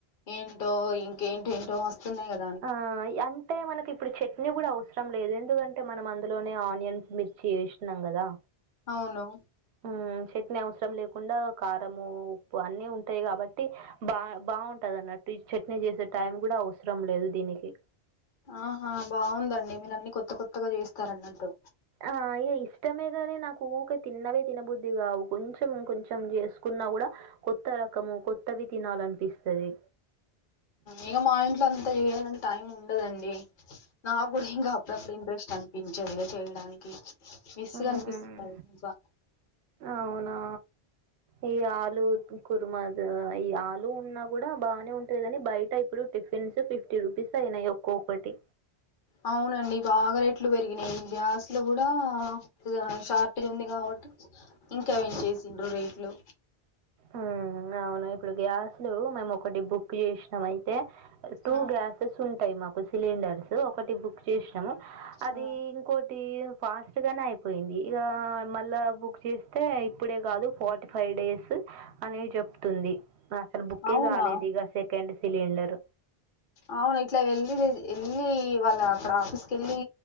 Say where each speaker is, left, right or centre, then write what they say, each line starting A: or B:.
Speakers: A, on the left; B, on the right.
A: ఏంటో ఇంకేంటేంటో వస్తున్నాయి గద
B: ఆ యన్ అంటే మనకి ఇప్పుడు చట్నీ గుడ అవసరం లేదు, ఎందుకంటే మనం అందులోనే ఆనియన్స్, మిర్చి ఏసినం గదా
A: అవును
B: ఉమ్ చట్నీ అవసరం లేకుండా కారము, ఉప్పు అన్నీ ఉంటయి కాబట్టి బా బాగుంటది అన్నట్టు ఈ చట్నీ చేసే టైం గుడ అవసరం లేదు దీనికి.
A: ఆహా బాగుందండి మీరన్ని కొత్త కొత్తగా చేస్తారన్నట్టు.
B: ఆ ఇగ ఇష్టమేగనీ నాకు ఊక తిన్నవే తినబుద్ధి కాదు కొంచం ఇంకొంచం చేసుకో కున్నా గుడ కొత్త రకము కొత్తవి తినాలనిపిస్తది.
A: ఇగ మా ఇంట్లో అంత చేయాలంటే టైం ఉండదండి. నా గుడ ఇంగా అప్పుడప్పుడు ఇంట్రెస్ట్ అనిపించదు ఇగా చేయడానికి విస్గ్
B: హ్మ్.
A: అనిపిస్తది
B: హ్మ్.
A: బా
B: అవునా! ఈ ఆలు కుర్మా ద ఈ ఆలు ఉన్నా గుడ బానే ఉంటదికని బయట ఇప్పుడు టిఫ్ తెల్సా ఫిఫ్టీ రుపీస్ అయినయి ఒక్కొక్కటి
A: అవునండి బాగా రెట్లు పెరిగినయి ఈ గ్యాస్లు గుడ ఇగ షార్టేజ్ ఉంది కాబట్టి ఇంకా పెంచేసిండ్రు రేట్లు.
B: ఉమ్ అవును ఇప్పుడు గ్యాస్లు మేము ఒకటి బుక్ చేసినం అయితే టూ
A: ఆ
B: గ్యాస్ స్ ఉంటయి మాకు సిలిండర్స్, ఒకటి బుక్ చేసినము అది
A: ఆ
B: ఇంకో టి ఈ ఫాస్ట్ గనే అయిపోయింది, ఇగ మళ్ళా బుక్ చేస్తే ఇప్పుడే కాదు ఫార్టీ ఫైవ్ డే అనే చెప్తుంది అసలు బుక్కే
A: అవునా
B: కాలేదు ఇగ సెకండ్ సిలిండర్
A: అవును ఇట్ల వెళ్లి ఎళ్ళి వాళ్ళ అక్కడ ఆఫీస్ కెళ్ళి